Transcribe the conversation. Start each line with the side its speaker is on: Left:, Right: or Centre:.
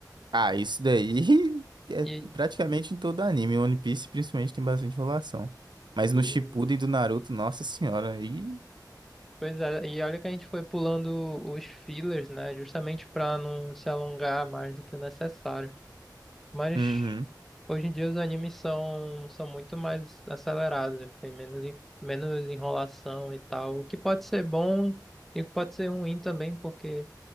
Right: Ah, isso daí <laughs> é
Centre: E,
Right: praticamente em todo anime. One Piece, principalmente, tem bastante enrolação. Mas
Centre: e,
Right: no Shippuden do Naruto, nossa senhora, aí.
Centre: pois é, e olha que a gente foi pulando os fillers, né? Justamente para não se alongar mais do que o necessário. Mas
Right: Uhum.
Centre: hoje em dia os animes são, são muito mais acelerados, né? tem menos, en- menos enrolação e tal, o que pode ser bom e pode ser ruim também, porque